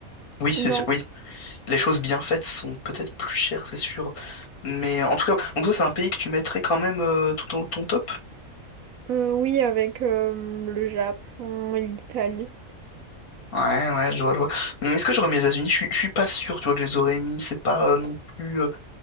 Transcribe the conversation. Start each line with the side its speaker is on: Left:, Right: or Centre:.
Left: Oui,
Right: Non.
Left: c'est sûr, oui. Les choses bien faites sont peut-être plus chères, c'est sûr. Mais en tout cas, donc ça, c'est un pays que tu mettrais quand même euh, tout en haut de ton top?
Right: Euh, oui, avec euh, le Japon et l'Italie.
Left: Ouais, ouais, je vois, je vois. Hum, Est-ce que j'aurais mis les États-Unis? Je suis, je suis pas sûr, tu vois, que je les aurais mis. C'est pas euh, non plus. euh,